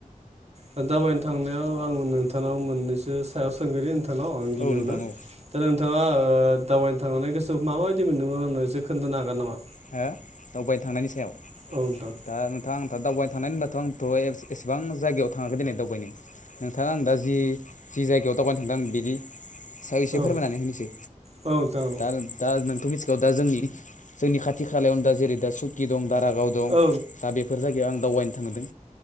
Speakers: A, on the right (about 50°); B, on the left (about 65°).
A: दा दाबायनो थांनायाव आं नोंथांनाव मोननैसो सायाव सोंगोरनि आं नोंथांनाव आं गिबियावनो
B: औ नोंथां औ
A: दा नोंथाङा दावबायनो थांनानै गोसोखौ माबायदि मोन्दोंमोननानैसो खोन्थानो हागोन नामा?
B: हो दावबायनो थांनायनि सायाव
A: औ नोंथां।
B: दा नोंथां आंथ' दावबायनो थांनाय होनबाथ' आंथ' एसेबां जायगायाव थाङाखै दिनै दावबायनो नोंथाङा आं दा जि जि जायगायाव दावबायनो थांदों बिदि सायाव एसे
A: औ
B: फोरमायनानै होनोसै
A: औ नोंथां
B: दा होगोन दा नोंथ' मिथिगौ दा जोंनि जोंनि खाथि खालायावनो दा जेरै दा सुकि दं दारागाव दं
A: औ नोंथां औ
B: दा बेफोर जायगायाव आं दावबायनो थांदों।